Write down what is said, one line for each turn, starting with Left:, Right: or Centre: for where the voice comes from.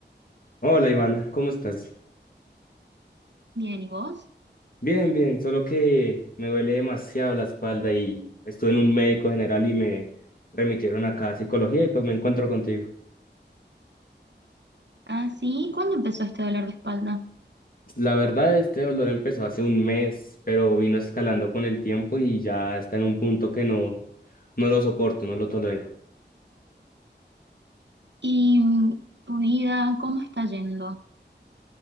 Left: Hola, Ivana, ¿cómo estás?
Right: bien, ¿y vos?
Left: Bien, bien, solo que me duele demasiado la espalda y estuve en un médico general y me remitieron acá a psicología y pues me encuentro contigo.
Right: Ah, sí, ¿cuándo empezó este dolor de espalda?
Left: La verdad, este dolor empezó hace un mes, pero vino escalando con el tiempo y ya está en un punto que no, no lo soporto, no lo tolero.
Right: ¿Y mm, tu vida, cómo está yendo?